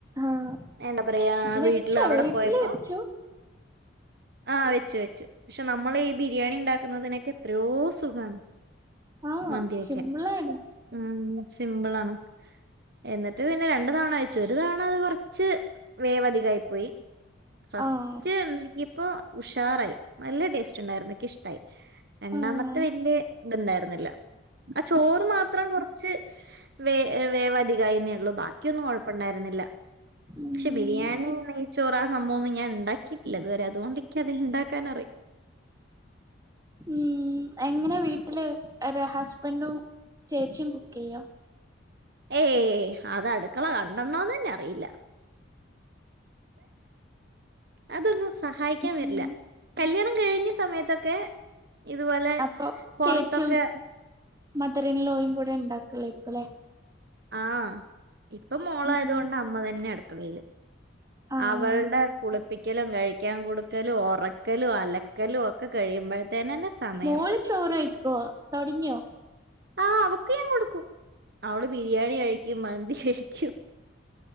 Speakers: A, on the right (about 20°); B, on the right (about 50°).
A: ആഹ്
B: എന്താ പറയാ
A: വെച്ചോ
B: വീട്ടില് അവിടെ
A: വീട്ടില്
B: പോയപ്പോ-
A: വെച്ചു
B: ആഹ് വെച്ചു വെച്ചു പക്ഷെ നമ്മളീ ബിരിയാണി ഉണ്ടാക്കുന്നതിനൊക്കെ എത്രയോ സുഖാണ്-
A: ആഹ്
B: മന്തിയൊക്ക
A: സിമ്പിളാണ്
B: ഉം സിമ്പിളാണ്- എന്നിട്ട് പിന്നെ രണ്ടു തവണ വച്ചു ഒരു തവണ അത് കൊറച്ച് വേവധികായി പോയി ഫസ്റ്റ്
A: ആഹ്
B: ഇപ് ഇപ്പൊ ഉഷാറായി നല്ല ടേസ്റ്റ് ഉണ്ടായിരുന്നു ക്ക് ഇഷ്ടായി രണ്ടാമത്തെ
A: ആഹ്
B: വല്യ ഇത്ണ്ടായിര്ന്നില്ല ആഹ് ചോറ് മാത്രം കൊറച്ച് വേ വേവധികായിന്നേ ഉള്ളൂ ബാക്കിയൊന്നും കൊഴപ്പണ്ടായിരുന്നില്ല
A: ഉം
B: പക്ഷെ ബിരിയാണി നെയ്ച്ചോറ് സംഭംവൊന്നും ഞാൻ ണ്ടാക്കി ക്കിട്ടില്ല ഇതുവരെ അതുകൊണ്ട് ക്കതിണ്ടാക്കാൻ
A: ഉം എങ്ങനെ വീട്ടില് ഒരു ഹസ്ബൻഡും ചേച്ചിയും കുക്ക് ചെയ്യൊ?
B: ഏയ് അത് അടുക്കള കണ്ടണ്ണോന്നന്നെ അറിയില്ല അതൊന്നും സഹായിക്കാൻ
A: ഉം
B: വരില്ല കല്യാണം കഴിഞ്ഞ സമയത്തൊക്കെ ഇതുപോലെ
A: അപ്പൊ
B: പൊറത്തൊക്കെ
A: ചേച്ചും മദറിൻലോയും കൂടെ ഉണ്ടാക്കും ണ്ടാകേക്കുലേ
B: ആഹ് ഇപ്പം മോളായത്
A: ഉം
B: കൊണ്ട് അമ്മ തന്നെ അടുക്കളീല്
A: ആഹ്
B: അവൾടെ കുളി പ്പിക്കലും കഴിക്കാൻ കൊടുക്കലും ഒറക്കലും അലക്കലും ഒക്കെ കഴിയുമ്പോ ത്തേനെന്നെ സമയം
A: മോള് ചോറ് കഴിക്കോ തൊടങ്ങിയോ
B: ആ അവക്ക് ഞാൻ കൊടുക്ക അവള് ബിരിയാണി കഴിക്കും മന്തി കഴിക്കും